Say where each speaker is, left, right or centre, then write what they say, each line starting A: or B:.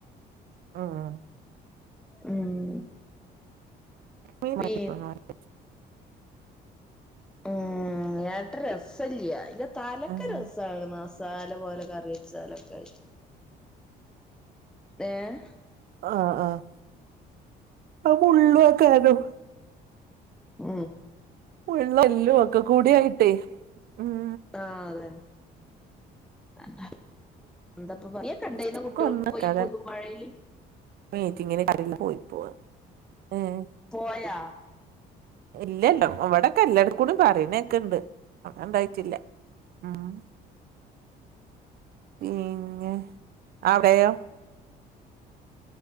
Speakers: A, on the right; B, in the centre.
A: ഉം
B: ഉം
A: മീൻ
B: പീ
A: വാങ്ങിക്കൊണ്ടു വന്നു.
B: ഉം ഏട്ട രസല്ല അയ്ന്റെ തലക്ക
A: ഉം
B: രസാണ് സാല പോലെ കറ്യച്ചാലൊക്കെ. ഏഹ്.
A: ആഹ് ആഹ് അ മുള്ള്വക്കാരം.
B: ഉം
A: മുള്ളെല്ലൂ ഒക്കെക്കൂടി ആയിട്ടേ. ഉം
B: ആഹ് അത് തന്ന എന്തപ്പ പറ കണ്ടെയിന്നു
A: ഉച്ചക്ക്
B: കുട്ടികൾക്ക്
A: ഒന്നക്കാതെ
B: പോയി ഈ പൊതുമഴയിൽ
A: മീറ്റിങ്ങിന് കടെൽന്ന് പോയി പോവാ ഏഹ്.
B: പോയാ
A: ഇല്ലല്ലോ വടൊക്കെ എല്ലാട്ക്കൂടി പറിണേക്ക്ണ്ട് അവിടെണ്ടായ്റ്റില്ല. ഉം പിന്നെ അവ്ടെയോ.